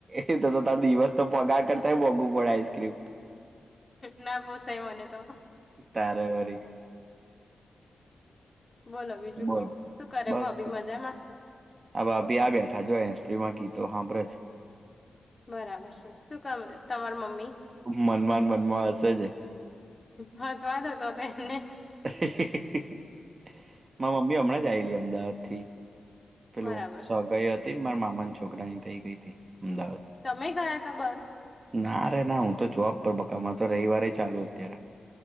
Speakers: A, on the right; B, on the left.
A: એ તો તો ત દિવસ તો પગાર કરતાય મોંઘુ પડે આઈસ્ક્રીમ
B: ના બહસાય મને તો
A: તારે વરી
B: બોલો બીજું
A: બોલો
B: કહ શું કરે
A: બસ
B: ભાભી મજામાં?
A: હવે ભી આ બેઠા જોઈ, કેમાં ગીતો સાાંભરે છે?
B: બરાબર છે, શું કામ રે તમાર મમ્મી?
A: મનમાં ને મનમાં હશે જ
B: હા, સ્વાદ હતો હતો એમને
A: <inaudible> મા મમ્મી હમણાં જ આયલી અમદાવાદ થી. પેલું
B: બરાબર
A: સગાઈ
B: છે
A: હતી ને મારા મામા છોકરાની થઇ ગઈ હતી, અમદાવાદ
B: તમે ગયા તા બર
A: ના રે ના હું તો જોબ પર બકામાં તો રવિવારે ચાલુ અત્યારે,